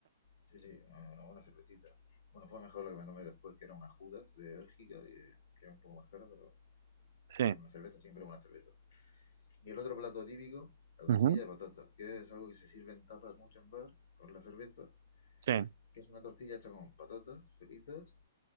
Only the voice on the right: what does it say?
Sí.
Ujú.
Sí,